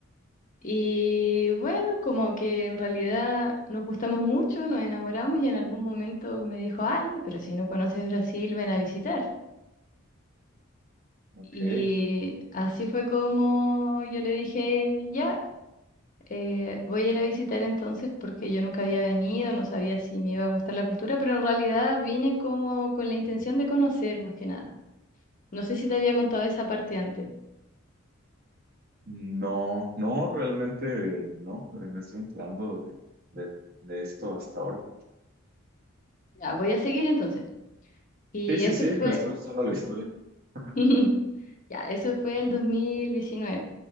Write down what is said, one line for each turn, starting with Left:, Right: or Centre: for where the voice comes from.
Left: Y bueno, como que en realidad nos gustamos mucho, nos enamoramos y en algún momento me dijo, ay, pero si no conoces Brasil, ven a visitar.
Right: ok.
Left: Y así fue como yo le dije, ya, eh, voy a ir a visitar entonces porque yo nunca había venido, no sabía si me iba a gustar la cultura, pero en realidad vine como con la intención de conocer más que nada. No sé si te había contado esa parte antes.
Right: No, no, realmente no. eh, Me estoy enterando de, de, de esto hasta ahora.
Left: Ya, voy a seguir entonces. Y
Right: Sí, sí,
Left: eso
Right: sí,
Left: fue,
Right: me está gustando la historia. <laughs>
Left: <laughs> ya, eso fue
Right: Ujú,
Left: el 2019.